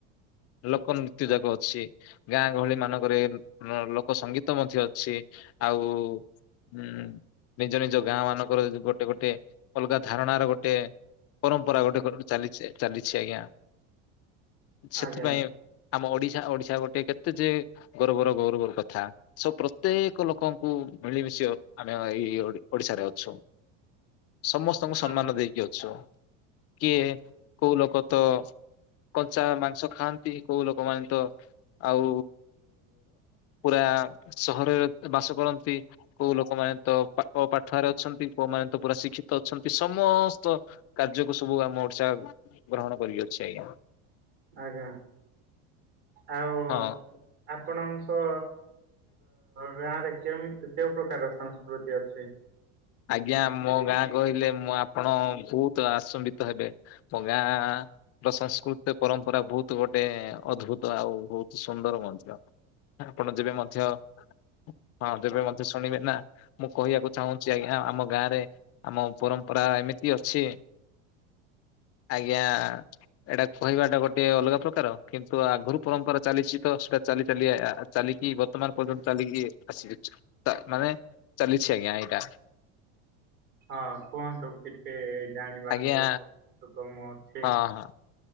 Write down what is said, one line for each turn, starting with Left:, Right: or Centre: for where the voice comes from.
Left: ଲୋକ ନୃତ୍ୟ ଯାକ ଅଛି, ଗାଁ ଗହଳି ମାନଙ୍କରେ ଲୋକ ସଙ୍ଗୀତ ମଧ୍ୟ ଅଛି ଆଉ। ହୁଁ, ନିଜ ନିଜ ଗାଁ ମାନଙ୍କର ଗୋଟେ ଗୋଟେ ଅଲଗା ଧାରଣ ର ଗୋଟେ ପରମ୍ପରା ଗୋଟେ ଚାଲିଛି ଚାଲିଛି ଆଜ୍ଞା। ସେଥିପାଇଁ
Right: ଆଜ୍ଞା
Left: ଆମ ଓଡିଶା ଓଡିଶା ଗୋଟେ କେତେ ଯେ ଗୌରବର ଗୌରବର କଥା ସ ପ୍ରତ୍ୟେକ ଲୋକଙ୍କୁ ମିଳିମିଶି ଆମେ ଏଇ ଓଡିଶାରେ ଅଛୁ। ସମସ୍ତଙ୍କୁ
Right: ହଁ
Left: ସମ୍ମାନ ଦେଇକି ଅଛୁ। କିଏ କୋଉ ଲୋକ ତ କଞ୍ଚା ମାଂସ ଖାଆନ୍ତି, କୋଉ ଲୋକମାନେ ତ ଆଉ ପୁରା ସହରରେ ବାସ କରନ୍ତି କୋଉ ଲୋକମାନେ ତ ପାକ ପାଠୁଆରେ ଅଛନ୍ତି, କୋଉମାନେ ତ ପୁରା ଶିକ୍ଷିତ ଅଛନ୍ତି ସମସ୍ତ କାର୍ଯ୍ୟକୁ, ସବୁ ଆମ ଓଡିଶା ଗ୍ରହଣ କରିଅଛି ଆଜ୍ଞା।
Right: ଆଜ୍ଞା। ଆଉ
Left: ହଁ
Right: ଆପଣ କ ଗାଁରେ କେ କେଉଁ ପ୍ରକାର ସଂସ୍କୃତି ଅଛି?
Left: ଆଜ୍ଞା ମୋ ଗାଁ କହିଲେ, ମୁଁ ଆପଣ ବହୁତ ଆଶମ୍ବିତ ହେବେ ମୋ ଗାଁ ସଂସ୍କୃତି ପରମ୍ପରା ବହୁତ ଗୋଟେ ଅଦଦ୍ଭୁତ ଆଉ, ବହୁତ ସୁନ୍ଦର ମଧ୍ୟ ଆପଣ ଯେବେ ମଧ୍ୟ ହଁ ଯେବେ ମଧ୍ୟ ଶୁଣିବେ ନା ମୁଁ କହିବାକୁ ଚାହୁଁଛି ଆଜ୍ଞା ଆମ ଗାଁ ରେ ଆମ ପରମ୍ପରା ଏମିତି ଅଛି। ଆଜ୍ଞା ଏଇଟା କହିବା ଟା ଗୋଟେ ଅଲଗା ପ୍ରକାର, କିନ୍ତୁ ଆଗରୁ ପରମ୍ପରା ଚାଲିଛି ତ ଚାଲି ଚା ଚାଲିକି ବର୍ତ୍ତମାନ ପର୍ଯ୍ୟନ୍ତ ଚାଲିକି ଆସିଅଛି ମାନେ ଚାଲିଛି ଆଜ୍ଞା ଏଇଟା
Right: ହଁ କୁହନ୍ତୁ କିଛି ଜାଣିବାକୁ
Left: ଆଜ୍ଞା
Right: ସୁଗମ ଅଛି।
Left: ହଁ ହଁ।